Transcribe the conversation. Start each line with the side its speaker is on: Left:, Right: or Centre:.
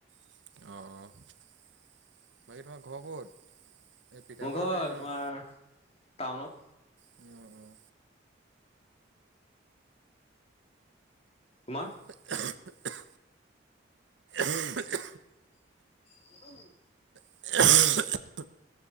Right: অ', বাকী তোমাৰ ঘৰ কত? এই পিঠা
Left: মোৰ
Right: প
Left: ঘৰ
Right: চাগে ন
Left: তোমাৰ
Right: অ', অ',
Left: টাউনত
Right: <unintelligible>
Left: তোমাৰ?
Right: এক অহ এক অহ। <unintelligible>
Left: বতন নেকি।
Right: <inaudible>